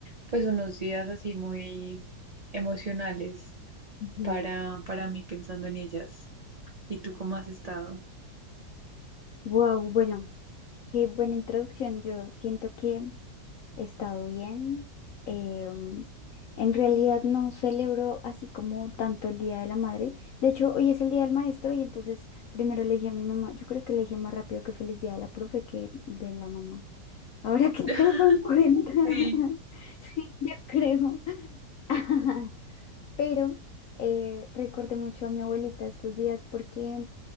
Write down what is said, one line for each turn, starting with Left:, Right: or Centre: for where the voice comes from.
Right: pues, unos días así muy emocionales
Left: Ujú.
Right: para, para mí pensando en ellas. ¿Y tú cómo has estado?
Left: Wow, bueno, qué buena introducción. Yo siento que he estado bien. Eh, um, en realidad no celebro así como tanto el Día de la Madre. De hecho, hoy es el Día del Maestro y entonces primero le dije a mi mamá, yo creo que le dije más rápido que feliz día de la profe que de la mamá. <laughs> Ahora que
Right: <laughs>
Left: caigo en cuenta. <laughs>
Right: Sí.
Left: Sí, yo creo. <laughs> Pero eh, recordé mucho a mi abuelita estos días porque